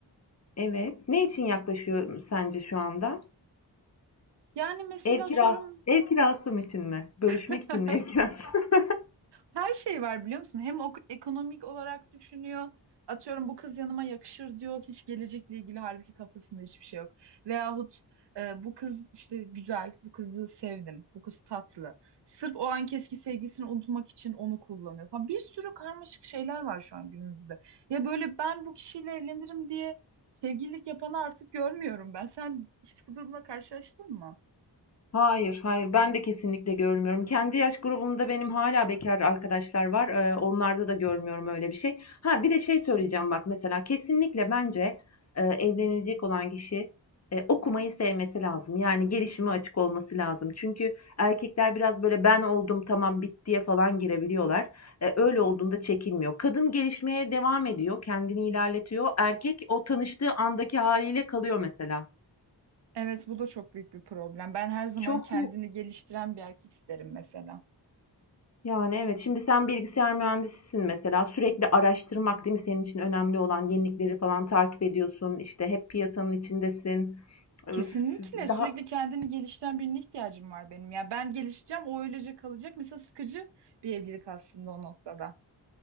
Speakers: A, on the left; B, on the right.
A: Evet. Ne için yaklaşıyor sence şu anda?
B: Yani mesela
A: Ev kirası,
B: atıyorum
A: ev kirası mı için mi? Bölüşmek
B: <laughs>
A: için mi ev kirası? <laughs>
B: Her şey var biliyor musun? Hem ok- ekonomik olarak düşünüyor. Atıyorum bu kız yanıma yakışır diyor. Hiç gelecekle ilgili halbuki kafasında hiçbir şey yok. Veyahut e, bu kız işte güzel, bu kızı sevdim, bu kız tatlı. Sırf o anki eski sevgisini unutmak için onu kullanıyor falan. Bir sürü karmaşık şeyler var şu an günümüzde. Ya böyle ben bu kişiyle evlenirim diye sevgililik yapanı artık görmüyorum ben. Sen hiç bu durumla karşılaştın mı?
A: Hayır, hayır. Ben de kesinlikle görmüyorum. Kendi yaş grubumda benim hala bekar arkadaşlar var. Eee, onlarda da görmüyorum öyle bir şey. Ha, bir de şey söyleyeceğim bak mesela kesinlikle bence, eee, evlenecek olan kişi, eee, okumayı sevmesi lazım. Yani gelişime açık olması lazım. Çünkü erkekler biraz böyle ben oldum tamam bittiye falan girebiliyorlar. Eee, öyle olduğunda çekinmiyor. Kadın gelişmeye devam ediyor, kendini ilerletiyor. Erkek o tanıştığı andaki haliyle kalıyor mesela.
B: Evet, bu da çok büyük bir problem. Ben her zaman
A: Çok
B: kendini geliştiren bir erkek isterim mesela.
A: Yani, evet. Şimdi sen bilgisayar mühendisisin mesela. Sürekli araştırmak, değil mi, senin için önemli olan? Yenilikleri falan takip ediyorsun. İşte hep piyasanın içindesin. Öf,
B: Kesinlikle sürekli
A: daha
B: kendini geliştiren birine ihtiyacım var benim. Ya ben gelişeceğim, o öylece kalacak. Mesela sıkıcı bir evlilik aslında o noktada.